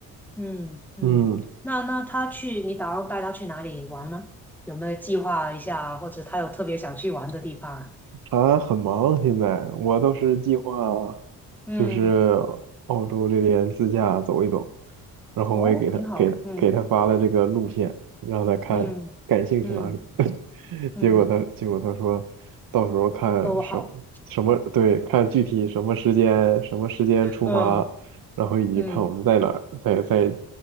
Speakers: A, in the centre; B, on the right.
A: 嗯嗯，
B: 嗯。
A: 那那他去，你打算带他去哪里玩呢？有没有计划一下，或者他有特别想去玩的地方啊？
B: 啊，很忙现在，我倒是计划
A: 嗯，
B: 就是澳洲这边自驾走一走，然后我也给他给给他发了这个路线，
A: 哦，挺好。嗯
B: 让他看感兴趣哪里。
A: 嗯嗯
B: <laughs>
A: 嗯，
B: 结果他结果他说，到时候看什么什么对，
A: 都好。
B: 看具体什么时间什么时间出发，
A: 嗯
B: 然后以及看我们在哪儿，
A: 嗯
B: 再再